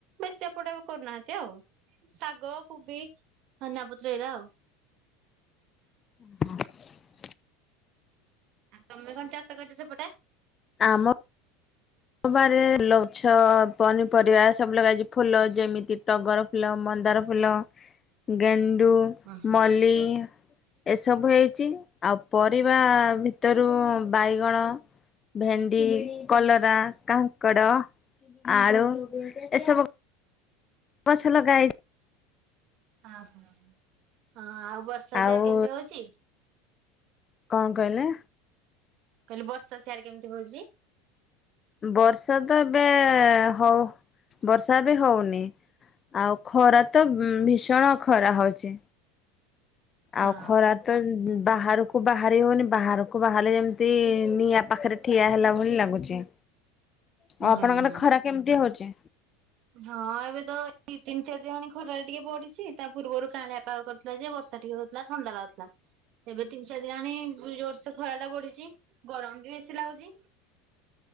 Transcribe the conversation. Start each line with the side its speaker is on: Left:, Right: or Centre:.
Right: ବେଶୀ ଏପଟେ ଆଉ କରୁନାହାନ୍ତି ଆଉ। ଶାଗ, କୁବି ଧନିଆ ପତ୍ର ଏଇରା ଆଉ।
Left: <unintelligible>
Right: ଆଉ ତମେ କଣ ଚାଷ କରିଚ ସେପଟେ?
Left: ଆମ ବାରିରେ ଫୁଲ ଗଛ ପନିପରିବା ସବୁ ଲଗାହେଇଚି। ଫୁଲ ଯେମିତି ଟଗର ଫୁଲ, ମନ୍ଦାର ଫୁଲ, ଗେଣ୍ଡୁ,
Right: ହଁ ହଁ
Left: ମଲ୍ଲୀ ଏସବୁ ହେଇଚି। ଆଉ ପରିବା ଭିତରୁ ବାଇଗଣ ଭେଣ୍ଡି, କଲରା, କାଙ୍କଡ, ଆଳୁ ଏସବୁ ଗଛ ଲଗାହେଇ
Right: ଅ ହଁ। ଆଉ ବର୍ଷା
Left: ଆଉ
Right: ସିଆଡେ କେମିତି ହଉଚି?
Left: କଣ କହିଲେ?
Right: କହିଲି ବର୍ଷା ସିଆଡେ କେମିତି ହଉଚି?
Left: ବର୍ଷା ତ ଏବେ ହଉ ବର୍ଷା ଏବେ ହଉନି। ଆଉ ଖରା ତ ଭୀଷଣ ଖରା ହଉଚି।
Right: ହଁ
Left: ଆଉ ଖରା ତ ବାହାରକୁ ବାହାରି ହଉନି ବାହାରକୁ ବାହାରିଲେ ଯେମ୍ ମତେ ନିଆଁ ପାଖରେ ଠିଆ ହେଲା ଭଳି ଲାଗୁଛି।
Right: ହୁଁ
Left: ଆଉ ଆପଣଙ୍କ
Right: ହୁଁ।
Left: ଆଡ଼େ ଖରା କେମିତି ହଉଛି?
Right: ହଁ ଏବେ ତ ଏଇ ତିନି ଚାରି ଦିନ ହେଲାଣି ଖରାଟା ଟିକେ ବଢିଛି ତା ପୂର୍ବରୁ କାଆଁଳିଆ ପାଗ କରିଥି ବର୍ଷା ଟିକେ ହେଉଥିଲା, ଥଣ୍ଡା ଲାଗୁଥିଲା।
Left: ହ <unintelligible>
Right: ଏବେ ତିନି ଚାରି ଦିନ ହେଲାଣି ଜୋରସେ ଖରା ଟା ବଢିଛି ଗରମ ବି ବେଶୀ ଲାଗୁଛି।